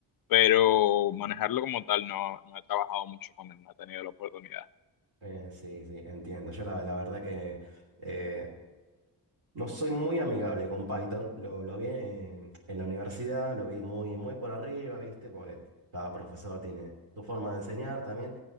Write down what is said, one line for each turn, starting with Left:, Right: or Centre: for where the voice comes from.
Left: pero manejarlo como tal no, no he trabajado mucho con él, no he tenido la oportunidad.
Right: Eh, sí, sí, entiendo. Yo la, la verdad que eh, no soy muy amigable con Python. Lo, lo vi en, en la universidad, lo vi muy, muy por arriba, ¿viste? Porque cada profesor tiene su forma de enseñar también.